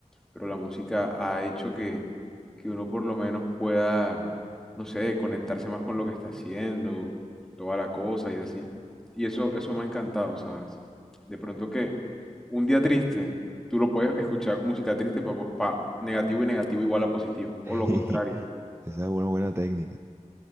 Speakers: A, in the centre; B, on the right.
A: pero la música ha hecho que, que uno por lo menos pueda, no sé, conectarse más con lo que está haciendo, toda la cosa y así. Y eso, eso me ha encantado, ¿sabes? De pronto que un día triste, tú lo puedes escuchar música triste para negativo y negativo igual a positivo,
B: <laughs>
A: o
B: Esa
A: lo contrario.
B: es una buena técnica.